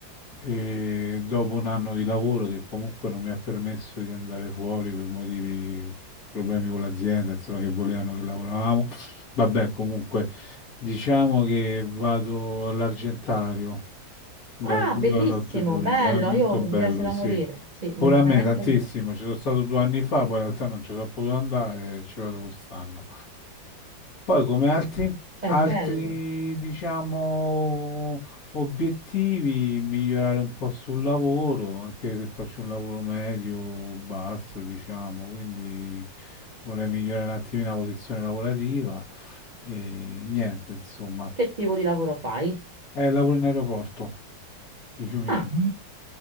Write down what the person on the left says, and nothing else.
e dopo un anno di lavoro che comunque non mi ha permesso di andare fuori per motivi, problemi con l'azienda, insomma che volevano che lavoravamo. Vabbè, comunque diciamo che vado all'Argentario dal
2
all'8 giugno,
è molto
bello,
sì.
Pure
a me tantissimo,
ci sono stato due anni fa, poi in realtà non ci sono potuto andare, e ci vado quest'anno. Poi come altri,
altri,
diciamo, obiettivi, migliorare un po' sul lavoro, anche se faccio un lavoro medio, o basso, diciamo, quindi vorrei migliorare un attimino la posizione lavorativa e niente, insomma.
Eh, lavoro in aeroporto di Fiumicino.